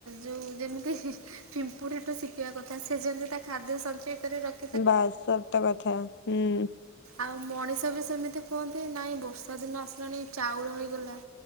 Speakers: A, on the right; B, on the left.
A: ଯେଉ ଯେମିତି ପିମ୍ପୁଡି ଶିଖୀ। ରଖବା କଥା ସେ ଯେମିତି ତା ଖାଦ୍ୟ ସଞ୍ଚୟ କରି ରଖ।
B: ବାସ୍ ସତ କଥା ହୁଁ।
A: ଆଉ ମଣିଷ ବି ସେମିତି କୁହନ୍ତି ନାଇଁ ବର୍ଷା ଦିନ ଆସିଲାଣି ଚାଉଳ ହେଇଗଲା।